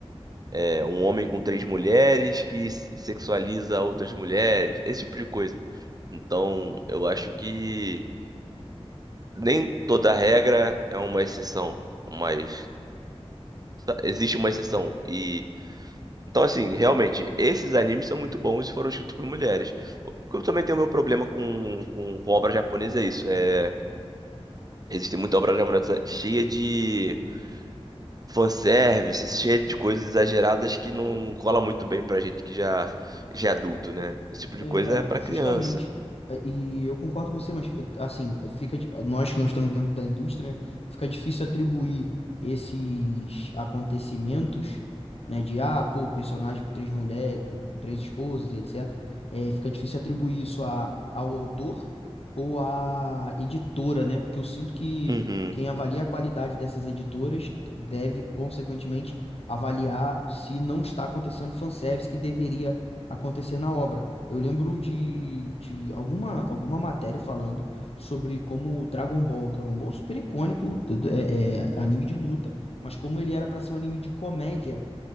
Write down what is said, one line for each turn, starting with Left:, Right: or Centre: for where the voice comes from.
Right: É, um homem com três mulheres que se- sexualiza outras mulheres, esse tipo de coisa. Então, eu acho que nem toda regra é uma exceção, mas sa- existe uma exceção. E Então, assim, realmente, esses animes são muito bons e foram escritos por mulheres. O que eu também tenho meu problema com, com, com obra japonesa é isso. É, existe muita obra japonesa cheia de fanservice, cheia de coisas exageradas que não cola muito bem pra gente que já, já é adulto, né? Esse tipo
Left: É,
Right: de coisa é pra
Left: justamente.
Right: criança.
Left: É, E eu concordo com você, mas assim, fica di- nós que não estamos dentro da indústria, né, fica difícil atribuir esses acontecimentos, né, de ah, pô, personagem com três mulheres, com com três esposas e etc. É, fica difícil atribuir isso a, ao autor ou à editora, né? Porque eu sinto que
Right: Uhum,
Left: quem avalia a qualidade dessas editoras deve, consequentemente, avaliar se não está acontecendo fanservice que deveria acontecer na obra. Eu lembro de, de alguma, alguma matéria falando sobre como Dragon Ball, Dragon Ball é super icônico, tudo- é, é anime de luta, mas como ele era pra ser um anime de comédia